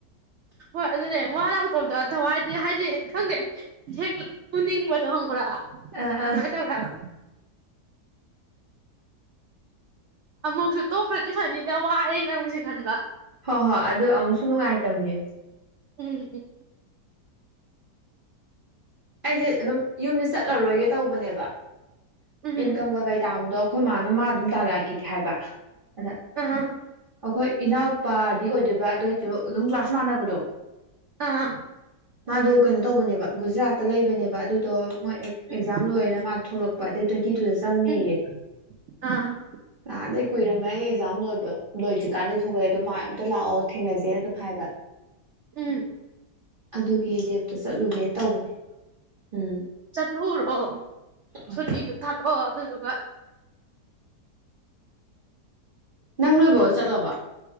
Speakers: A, on the right; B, on the right.
A: ꯍꯣꯏ ꯑꯗꯨꯅꯦ ꯃꯥ ꯂꯥꯛꯇꯕꯗꯣ ꯊꯋꯥꯏꯗꯤ ꯍꯥꯏꯗꯤ ꯈꯪꯗꯦ ꯍꯦꯛ ꯎꯅꯤꯡꯕꯗꯣ ꯍꯪꯕ꯭ꯔꯥ
B: ꯑꯥ ꯑꯥ
A: ꯑꯗ ꯃ ꯇꯒ ꯍꯥꯏꯕ ꯑꯃꯨꯛꯁꯨ ꯇꯣꯛꯈ꯭ꯔꯗꯤ ꯐꯅꯤꯗ ꯋꯥꯔꯦ ꯅ ꯑꯃꯨꯛꯁ ꯈꯟꯕ
B: ꯍꯣꯏ ꯍꯣꯏ ꯑꯗꯨ ꯑꯃꯨꯛꯁꯨ ꯅꯨꯡꯉꯥꯏꯇꯕꯅꯦꯕ
A: ꯎꯝ
B: ꯑꯩꯁꯦ ꯑꯗꯨꯝ ꯌꯨꯝꯁꯦ ꯆꯠꯂꯔꯣꯏꯒꯦ ꯇꯧꯕꯅꯦꯕ
A: ꯎꯝ
B: ꯏꯟꯀꯝꯒ ꯀꯩ ꯇꯥꯃꯨꯗꯣ ꯑꯩꯈꯣꯏ ꯃꯥꯅ ꯃꯥ ꯑꯗꯨꯝ ꯇꯥꯂꯛꯑꯦ ꯒꯤꯗꯤ ꯍꯥꯏꯕ ꯑꯗ
A: ꯑꯥ
B: ꯑꯩꯈꯣꯏ ꯏꯅꯥꯎꯄꯥꯗꯤ ꯑꯣꯏꯗꯣꯏꯕ ꯑꯗꯨꯑꯣꯏꯁꯨ ꯑꯗꯨꯝ ꯀ꯭ꯂꯥꯁ ꯃꯥꯟꯅꯕꯗꯣ
A: ꯑꯥ
B: ꯃꯥꯗꯣ ꯀꯩꯅꯣ ꯇꯧꯕꯅꯦꯕ ꯒꯨꯖꯔꯥꯠ ꯂꯩꯕꯅꯦꯕ ꯑꯗꯨꯗꯣ ꯃꯣꯏ ꯑꯦꯛꯖꯥꯝ
A: ꯎꯝ
B: ꯂꯣꯏꯔꯦꯅ ꯃꯥ ꯊꯣꯛꯂꯛꯄ ꯄꯗꯦ ꯇ ꯇꯣꯢꯟꯇꯤ ꯇꯨꯗ ꯆꯪꯅꯤꯌꯦ
A: ꯎꯝ ꯑꯥ
B: ꯅꯍꯥꯟꯗꯒ- ꯀꯨꯏꯔꯝꯃꯦ ꯑꯩ ꯑꯦꯛꯖꯥꯝ ꯂꯣꯏꯕ ꯂꯣꯏꯗ꯭ꯔꯤꯀꯥꯟꯗꯩ ꯊꯣꯛꯂꯦ ꯑ ꯑꯗꯨꯣ ꯃꯥ ꯑꯝꯇ ꯂꯥꯛꯑꯣ ꯊꯦꯡꯅꯁꯦꯅ ꯑꯗꯨꯝ ꯍꯥꯏꯕ
A: ꯎꯝ
B: ꯑꯗꯨꯒꯤ ꯑꯩꯁꯦ ꯑꯝꯇ ꯆꯠꯂꯨꯒꯦꯅ ꯇꯧꯕꯅꯦ ꯎꯝ
A: ꯆꯠꯊꯨꯔꯣ
B: ꯍꯣꯏ
A: ꯁꯨꯇꯤꯗꯨ ꯊꯥꯗꯣꯛꯑꯣ ꯑꯗꯨ ꯑꯗꯨꯒ
B: ꯅꯪ ꯂꯣꯏꯕꯣꯏ ꯒ ꯆꯠꯂꯣꯕ